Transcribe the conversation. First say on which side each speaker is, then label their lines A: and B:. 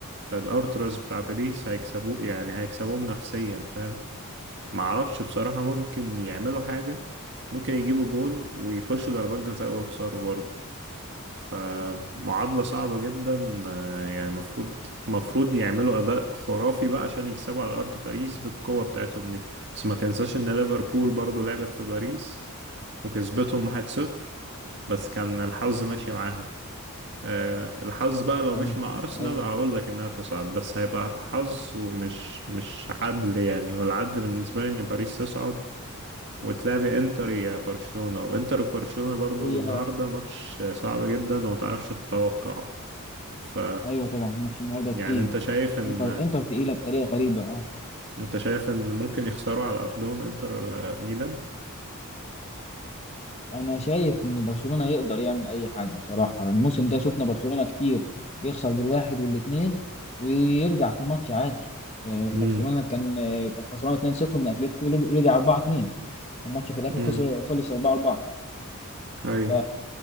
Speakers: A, on the right; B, on the left.
A: الارتراس بتاع باريس هيكسبوه يعني هيكسبوهم نفسيا فاهم معرفش بصراحة ممكن يعملوا حاجة ممكن يجيبوا جون ويخشوا ضربات جزاء ويخسروا برضه فمعادلة صعبة جدا آه، يعني المفروض المفروض يعملوا أداء خرافي بقى عشان يكسبوا على أرض باريس بالقوة بتاعتهم دي بس ما تنساش إن ليفربول برضه لعبت في باريس وكسبتهم واحد صفر بس كان الحظ ماشي معاها آه، الحظ بقى لو
B: ايوه
A: مشي مع أرسنال
B: ايوه
A: هقول لك إنها تصعد بس هيبقى حظ ومش مش عدل يعني والعدل بالنسبة لي إن باريس تصعد وتلاعبي إنتر يا برشلونة وإنتر وبرشلونة برضه
B: هي
A: النهاردة ماتش صعب جدا ومتعرفش تتوقعه ف
B: ايوه طبعا ماتش النهارده
A: يعني
B: تقيل
A: أنت شايف إن
B: انتر انتر تقيله بطريقه غريبه اه
A: أنت شايف إن ممكن يخسروا على أرضهم إنتر آه، ميلان
B: انا شايف ان برشلونه يقدر يعمل اي حاجه بصراحه الموسم ده شفنا برشلونه كتير بيخسر بالواحد والاثنين ويرجع في الماتش عادي برشلونه
A: امم
B: كان كان خسران 2-0 من اتلتيكو رجع 4-2 والماتش في الاخر
A: امم
B: خسر خلص 4-4
A: اي
B: ف